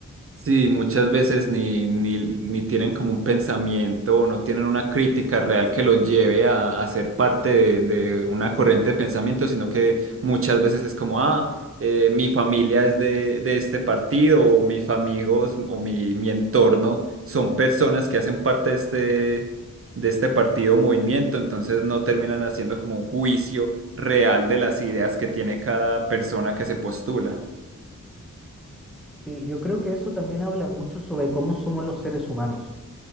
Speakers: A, on the right (about 45°); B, in the centre.
A: Sí, muchas veces ni, ni, ni tienen como un pensamiento o no tienen una crítica real que los lleve a, a ser parte de, de una corriente de pensamiento, sino que muchas veces es como, ah, eh, mi familia es de, de este partido o mis amigos o mi, mi entorno son personas que hacen parte de este, de este partido o movimiento, entonces no terminan haciendo como un juicio real de las ideas que tiene cada persona que se postula.
B: Sí, yo creo que eso también habla mucho sobre cómo somos los seres humanos.